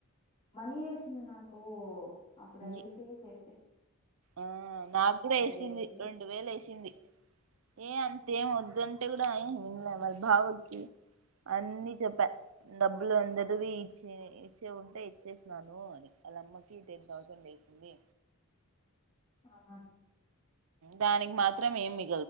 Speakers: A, on the left (about 25°); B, on the right (about 65°).
A: మనీ ఏసింది నాకు అప్పుడు అడిగితే
B: నీ
A: సె
B: ఆ నాకు కూడా ఏసింది
A: వేస్తే
B: రెండు వేలు ఎసింది ఏ అంతేం వద్దు అంటే కూడా వినలే వాళ్ళ బావకి అన్నీ చెప్పా డబ్బులు అందరువి ఇచ్చి ఇచ్చే ఉంటే ఇచ్చేసినాను అని వాళ్ళ అమ్మకి టెన్ థౌసండ్ వేసింది
A: ఆహా
B: దానికి మాత్రం ఏమి